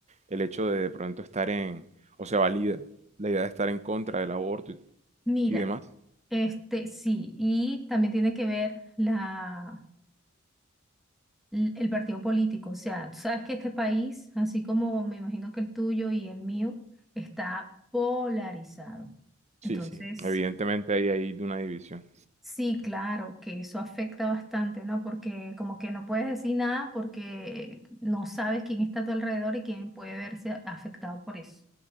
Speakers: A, on the right; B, in the centre.
A: el hecho de de pronto estar en, o se valida la idea de estar en contra del aborto y,
B: Mira,
A: y demás?
B: Este, sí, y también tiene que ver la, l- el partido político. O sea, tú sabes que este país, así como me imagino que el tuyo y el mío, está polarizado.
A: Sí,
B: Entonces,
A: sí. Evidentemente ahí hay una división.
B: sí, claro, que eso afecta bastante, ¿no? Porque como que no puedes decir nada porque no sabes quién está a tu alrededor y quién puede verse a- afectado por eso.